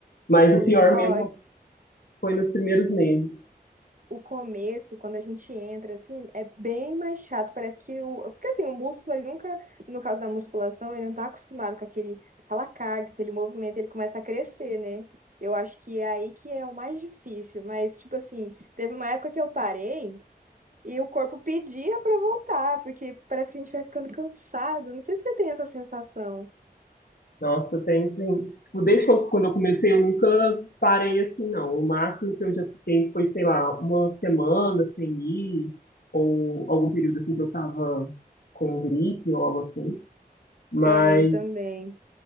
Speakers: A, on the right (about 55°); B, on the left (about 70°).
A: Sim,
B: Mas o pior
A: ó,
B: mesmo foi nos primeiros meses.
A: o começo, quando a gente entra, assim, é bem mais chato. Parece que o. Porque assim, o músculo, ele nunca, no caso da musculação, ele não tá acostumado com aquele, aquela carga, aquele movimento, ele começa a crescer, né? Eu acho que é aí que é o mais difícil. Mas, tipo assim, teve uma época que eu parei e o corpo pedia pra voltar, porque parece que a gente vai ficando cansado. Não sei se você tem essa sensação.
B: Nossa, tem sim. Tipo, desde que eu- quando eu comecei, eu nunca parei assim, não. O máximo que eu já fiquei foi, sei lá, uma semana sem ir, ou algum período assim que eu tava com gripe ou algo assim. Mas,
A: É, eu também.